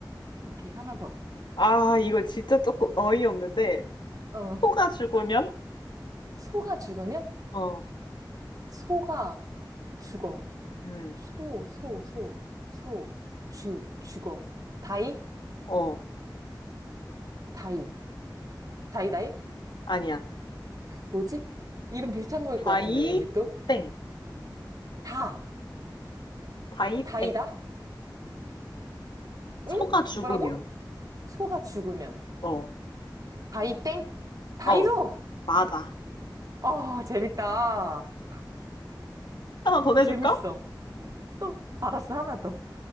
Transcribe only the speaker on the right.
오케이, 하나 더.
어.
소가 죽으면
소가 죽어.
소, 소, 소, 소. 죽, 죽어. 다이,
다이, 다이, 다이?
뭐지? 이름 비슷한 거일
것 같은데, 왠지 또?
다,
다이다?
응?
뭐라고? 소가 죽으면.
다이 땡? 다이소
아, 재밌다.
어,
재밌어. 또, 알았어, 하나 더.